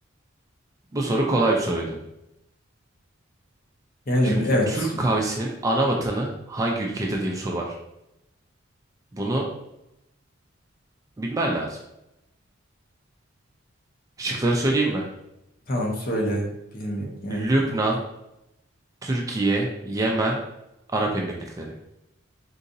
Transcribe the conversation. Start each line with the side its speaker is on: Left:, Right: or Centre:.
Right: Bu soru kolay bir soruydu.
Left: Yani
Right: Şimdi
Left: evet.
Right: Türk
Left: su-
Right: kahvesinin ana vatanı hangi ülkedir diye bir soru var. Bunu bilmen lazım. Şıkları
Left: tu-
Right: söyleyeyim mi?
Left: Tamam söyle. Bilmiyorum. Yani
Right: Lübnan, Türkiye, Yemen, Arap Emirlikleri.